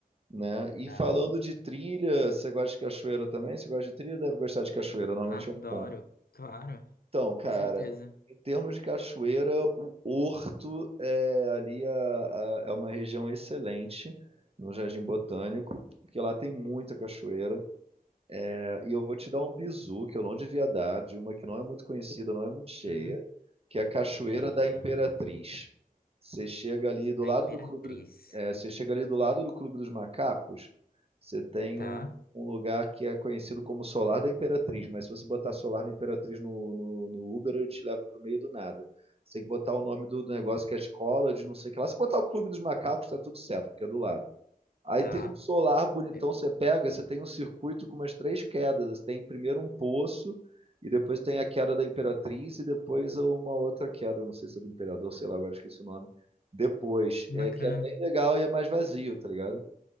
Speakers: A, on the right (about 40°); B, on the left (about 80°).
A: né? E
B: Tá.
A: falando de trilha, você gosta de cachoeira também? Você gosta de trilha? Deve gostar de cachoeira, normalmente
B: Adoro,
A: é um ponto.
B: claro,
A: Então, cara,
B: com certeza.
A: em termos de cachoeira, o Horto é ali a- a- é uma região excelente no Jardim Botânico, porque lá tem muita cachoeira. É, e eu vou te dar um bizu que eu não devia dar, de uma que não é muito conhecida, não é muito cheia,
B: Hum,
A: que é a Cachoeira
B: eita,
A: da Imperatriz. Você chega ali do
B: da
A: lado
B: Imperatriz.
A: do clube, é, você chega ali do lado do Clube dos Macacos, você tem
B: Tá,
A: um, um lugar que é conhecido como Solar da Imperatriz, mas se você botar Solar da Imperatriz no, no, no Uber, eu te levo pro meio do nada. Você tem que botar o nome do, do negócio que é a escola de não sei o que lá. Se botar o Clube dos Macacos, tá tudo certo, porque é do lado. Aí
B: tá.
A: tem um solar bonitão,
B: É,
A: você pega, você tem um circuito com umas três quedas. Você tem primeiro um poço, e depois tem a queda da Imperatriz, e depois uma outra queda, não sei se é do Imperador, sei lá, agora esqueci o nome. Depois,
B: que
A: é
B: bacana.
A: que é bem legal e é mais vazio, tá ligado?